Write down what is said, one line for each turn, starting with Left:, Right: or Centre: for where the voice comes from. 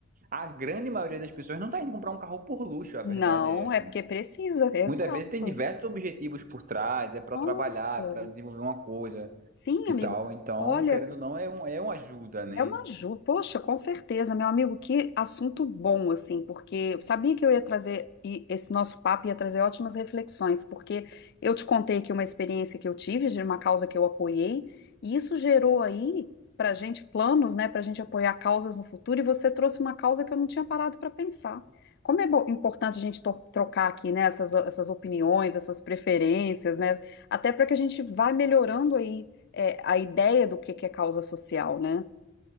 Right: a grande maioria das pessoas não tá indo comprar um carro por luxo, a
Left: não,
Right: verdade é essa,
Left: é porque
Right: né?
Left: precisa, exato.
Right: Muitas vezes tem diversos objetivos por trás, é para
Left: Nossa,
Right: trabalhar, é para desenvolver uma coisa
Left: sim,
Right: e
Left: amigo.
Right: tal. Então,
Left: Olha,
Right: querendo ou não, é, um, é uma ajuda, né?
Left: É uma ajuda, poxa, com certeza, meu amigo, que assunto bom, assim, porque eu sabia que eu ia trazer, e esse nosso papo ia trazer ótimas reflexões, porque eu te contei aqui uma experiência que eu tive de uma causa que eu apoiei, e isso gerou aí pra gente planos, né, pra gente apoiar causas no futuro, e você trouxe uma causa que eu não tinha parado para pensar. Como é bo- importante a gente to- trocar aqui, né, essas, essas opiniões, essas preferências, né, até para que a gente vá melhorando aí, é, a ideia do que que é causa social, né?